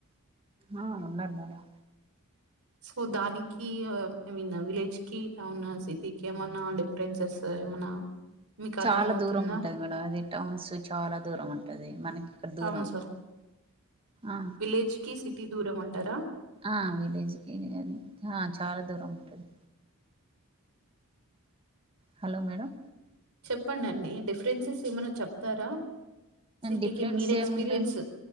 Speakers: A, on the right; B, on the right.
A: ఆ ఉన్నారు మేడం
B: సో దానికి ఐ మీన్ విలేజ్ కి టౌన్ సిటీకి ఏమన్నా డిఫరెన్సెస్ ఏమన్నా మీకు
A: చాలా
B: అర్థమవుతుందా?
A: దూరం ఉంటది మేడం అది టౌన్స్ చాలా దూరం ఉంటది మనకి ఇక్కడ దూరం
B: టౌన్స్ ఆ
A: ఆ
B: విలేజ్ కి సిటీ దూరమంటారా
A: ఆ విలేజ్కి చాలా దూరం ఉంటుంది హలో మేడం
B: చెప్పండండి డిఫరెన్సెస్ ఏమైనా చెప్తారా సిటీకి
A: డిఫరెన్స్
B: మీరు ఎక్స్పీరియన్స్
A: ఏముంటాయి